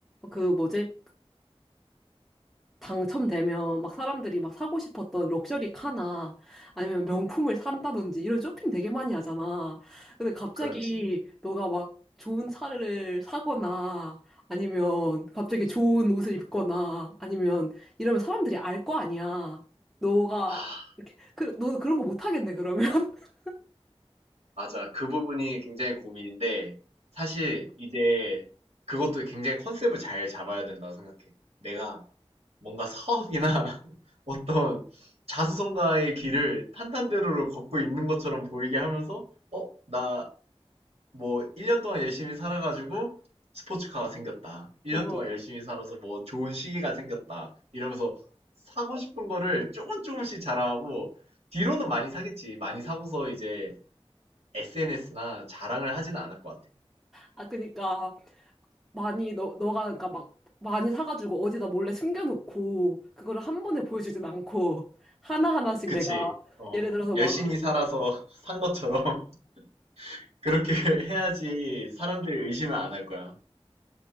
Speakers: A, in the centre; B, on the right.
A: 그 뭐지? 당첨되면 막 사람들이 막 사고 싶었던 럭셔리 카나 아니면 명품을 산다든지 이런 쇼핑 되게 많이 하잖아. 근데 갑자기
B: 그렇지.
A: 너가 막 좋은 차를 사거나 아니면 갑자기 좋은 옷을 입거나 아니면 이러면 사람들이 알 거 아니야. 너가
B: 아,
A: 이렇게 그, 너 그런 거 못 하겠네 그러면. <laughs>
B: 맞아. 그 부분이 굉장히 고민인데 사실 이제 그것도 굉장히 컨셉을 잘 잡아야 된다고 생각해. 내가 뭔가 사업이나 <laughs> 어떤 자수성가의 길을 탄탄대로를 걷고 있는 것처럼 보이게 하면서 어, 나 뭐 1년 동안 열심히 살아가지고 스포츠카가 생겼다. 1년
A: 어.
B: 동안 열심히 살아서 뭐 좋은 시기가 생겼다. 이러면서 사고 싶은 거를 조금 조금씩 자랑하고 뒤로는 많이 사겠지. 많이 사고서 이제 SNS나 자랑을 하지는 않을 것 같아.
A: 아 그니까 많이 너 너가 그러니까 막 많이 사가지고 어디다 몰래 숨겨놓고 그거를 한 번에 보여주진 않고 하나 하나씩
B: 그치?
A: 내가
B: 어,
A: 예를 들어서
B: 열심히
A: 막
B: 살아서 <laughs> 산 것처럼 <laughs> 그렇게 <laughs> 해야지 사람들이 의심을 안 할 거야.